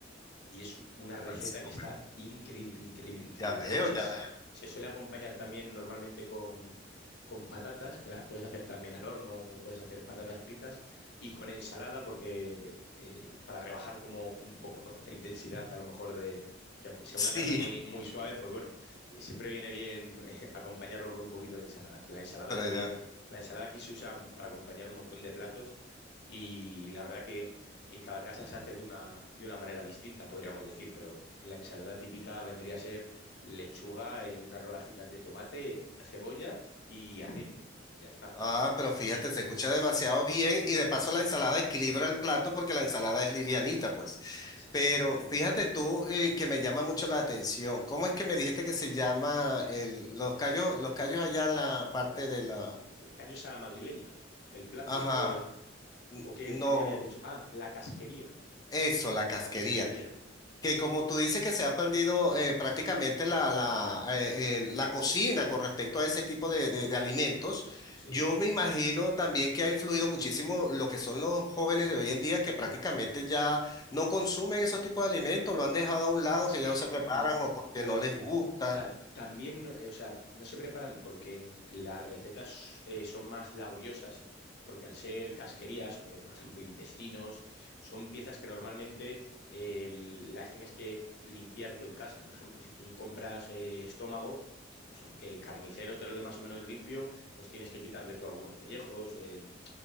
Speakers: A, on the left; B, on the left.
A: Y es una
B: Demasiado
A: receta que está
B: bueno.
A: increíble, increíble, increíble.
B: Ya veo,
A: Luego se,
B: ya veo.
A: se suele acompañar también normalmente con, con patatas, que las puedes hacer también al horno o puedes hacer patatas fritas, y con ensalada, porque eh, para rebajar como un poco, ¿no? La intensidad a lo mejor de que aunque sea
B: <laughs>
A: una carne muy,
B: Sí,
A: muy suave, pues bueno, siempre viene bien eh, acompañarlo con un poquito de ensalada, que la ensalada
B: pero
A: es muy...
B: ya-
A: La ensalada aquí se usa para acompañar un montón de platos y la verdad que en cada casa se hace de una, de una manera distinta, podríamos decir, pero la ensalada típica vendría a ser lechuga, eh, unas rodajitas de tomate, cebolla y aceite. Ya está,
B: ah, pero fíjate, se escucha demasiado bien y de paso la ensalada equilibra el plato porque la ensalada es livianita, pues.
A: Es- exactamente.
B: Pero fíjate tú eh, que me llama mucho la atención. ¿Cómo es que me dijiste que se llama el, los callos, los callos allá la parte de la...
A: ¿Callos a la madrileña? ¿El plato
B: Ajá,
A: o,
B: n-
A: o qué, qué
B: no,
A: me habías dicho? Ah, la casquería.
B: eso, la casquería.
A: Casquería.
B: que como tú dices que se ha perdido eh, prácticamente la, la, eh,
A: Mm,
B: eh, la cocina con respecto a ese tipo de, de- de alimentos,
A: sí.
B: yo me imagino también que ha influido muchísimo lo que son los jóvenes de hoy en día que prácticamente ya no consumen esos tipos de alimentos, lo han dejado a un lado,
A: Es
B: que
A: que,
B: ya no se preparan
A: mm,
B: o porque
A: pero
B: no les gusta.
A: Ta- También, eh, o sea, no se preparan porque las recetas eh, son más laboriosas, porque al ser casquerías, eh, por ejemplo, intestinos, son piezas que normalmente eh, las tienes que limpiar tú en casa. Por ejemplo, si tú compras eh, estómago, pues aunque el carnicero te lo dé más o menos limpio, pues tienes que quitarle tú algunos pellejos, eh,